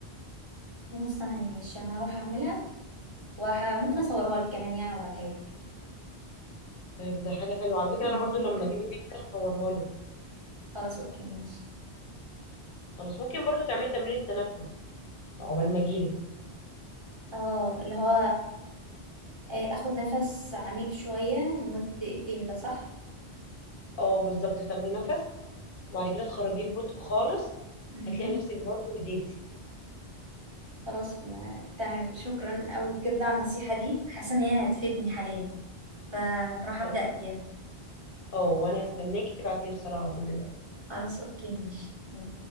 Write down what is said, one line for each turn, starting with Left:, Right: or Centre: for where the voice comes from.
Right: خلاص تمام ماشي انا هروح اعملها وممكن اصورها لك كمان يعني وابعتها لك
Left: طيب ده حاجة حلوة على فكرة
Right: <laughs>
Left: انا برضو لما اجيب البيتزا هصورها لك
Right: خلاص اوكي ماشي
Left: خلاص ممكن برضو تعملي تمرين التنفس عقبال ما اجيلك
Right: اه اللي هو آه، اخد نفس عميق شويه لمده دقيقتين ده صح
Left: اه بالظبط تاخدي نفس وبعد كده تخرجيه ببطء خالص
Right: مم.
Left: هتلاقي نفسك برضو هديتي
Right: خلاص ما- تمام شكرا أوي بجد على النصيحة دي حاسة إن هي هتفيدني حاليا فراح أبدأ
Left: خلاص
Right: فيها
Left: اه وانا هستناكي تبعتي لي رسالة على طول دلوقتي
Right: خلاص أوكي ماشي باي.